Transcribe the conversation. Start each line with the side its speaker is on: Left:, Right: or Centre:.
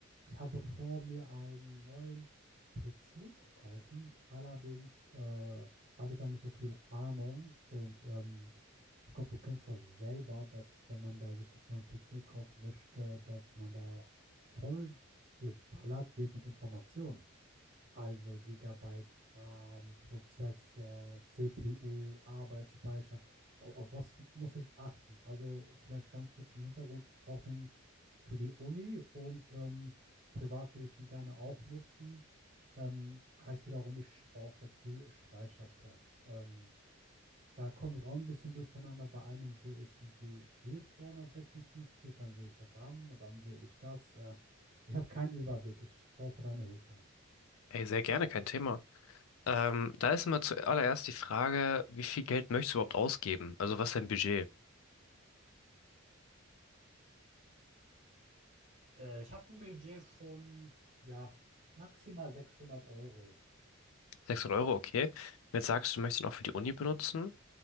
Right: Ich habe vor, mir einen neuen PC zu kaufen. Allerdings äh, habe ich da nicht so viel Ahnung. Und ähm, ich glaube, du kennst das selber, dass wenn man da sich jetzt noch einen neuen PC kaufen möchte, dass man da voll geballert wird mit Informationen. Also Gigabyte RAM, Prozessor, CPU, Arbeitsspeicher. Au- Auf was muss ich achten? Also vielleicht ganz kurz zum Hintergrund. Ich brauche den für die Uni und ähm, privat will ich ihn gerne auch nutzen. Ähm, heißt wiederum, ich brauche viel Speicherplatz. Ähm, da komme ich auch ein bisschen durcheinander. Bei einem sehe ich irgendwie hier 256, dann sehe ich RAM, dann sehe ich das. Äh, ich habe keinen Überblick. Ich brauche deine Hilfe.
Left: Ey, sehr gerne, kein Thema. Ähm, da ist immer zuallererst die Frage, wie viel Geld möchtest du überhaupt ausgeben? Also was ist dein Budget?
Right: Äh, ich habe ein Budget von, ja, maximal 600 Euro.
Left: 600 Euro, okay. Wenn du Jetzt sagst du, möchtest ihn auch für die Uni benutzen.